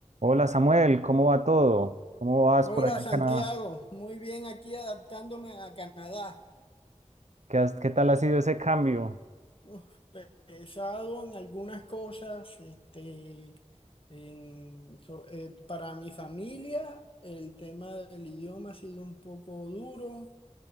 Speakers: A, on the right; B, on the left.
A: Hola Samuel, ¿cómo va todo? ¿Cómo vas
B: Hola
A: por allá
B: Santiago,
A: en Canadá?
B: muy bien aquí adaptándome a Canadá.
A: ¿Qué has- qué tal ha sido ese cambio?
B: Uf, pe- pesado en algunas cosas, este, en- so- eh, para mi familia el tema del idioma ha sido un poco duro.